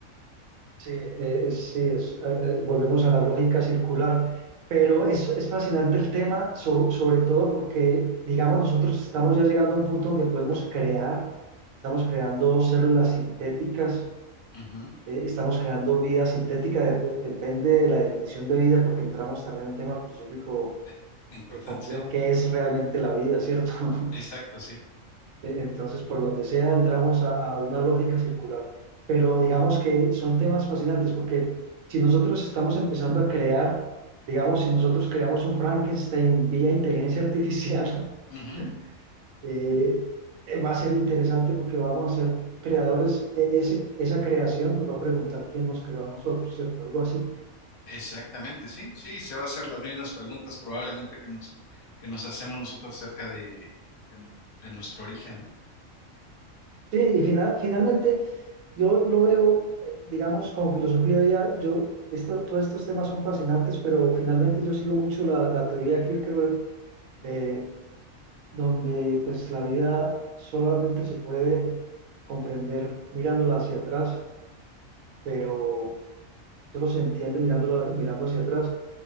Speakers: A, on the right; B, on the left.
A: sí, eh, sí, es, eh, eh, volvemos a la lógica circular, pero es, es fascinante el tema, so- sobre todo porque, digamos, nosotros estamos ya llegando a un punto donde podemos crear, estamos creando células sintéticas,
B: Ujú.
A: eh, estamos creando vida sintética, dep- depende de la definición de vida, porque entramos también en un tema filosófico
B: Eh, Importante,
A: eh, complejo,
B: sí.
A: ¿qué es realmente la vida, cierto? <laughs>
B: Exacto, sí.
A: Eh, Entonces, por donde sea, entramos a, a una lógica circular. Pero digamos que son temas fascinantes porque si nosotros estamos empezando a crear, digamos, si nosotros creamos un Frankenstein vía inteligencia artificial,
B: Ujú.
A: <laughs> eh, eh, va a ser interesante porque vamos a ser creadores. E- ese- esa creación nos va a preguntar quién nos creó a nosotros, ¿cierto? Algo así.
B: Exactamente, sí. Sí, se va a hacer las mismas preguntas probablemente que nos, que nos hacemos nosotros acerca de, de, de nuestro origen, ¿no?
A: Sí, y final- finalmente... Yo lo veo, eh, digamos, como filosofía de vida, yo, esto- todos estos temas son fascinantes, pero finalmente yo sigo mucho la, la teoría de Kierkegaard, eh, donde pues la vida solamente se puede comprender mirándola hacia atrás, pero solo se entiende mirándola, mirando hacia atrás,